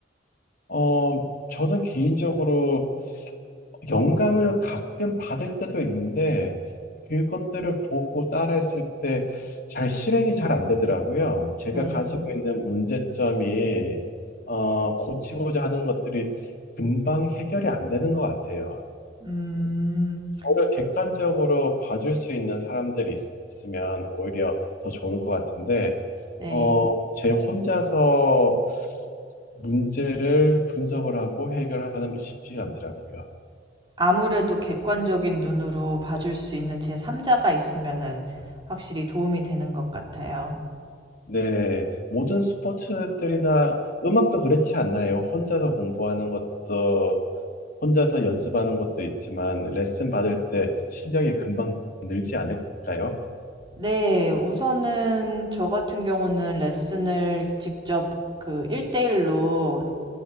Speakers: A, on the left; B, on the right.
A: 어, 저는 개인적으로 영감을 가끔 받을 때도 있는데 그것들을 보고 따라했을 때 잘 실행이 잘 안 되더라고요. 제가
B: 네.
A: 가지고 있는 문제점이 어, 고치고자 하는 것들이 금방 해결이 안 되는 것 같아요.
B: 음.
A: 저를 객관적으로 봐줄 수 있는 사람들이 있- 있으면 오히려 더 좋을 것 같은데,
B: 네.
A: 어, 제 혼자서 문제를 분석을 하고 해결하는 게 쉽지가 않더라고요.
B: 아무래도 객관적인 눈으로 봐줄 수 있는 제3자가 있으면은 확실히 도움이 되는 것 같아요.
A: 네, 모든 스포츠들이나 음악도 그렇지 않나요? 혼자서 공부하는 것도, 혼자서 연습하는 것도 있지만, 레슨 받을 때 실력이 금방 늘지 않을까요?
B: 네. 우선은 저 같은 경우는 레슨을 직접 그대1로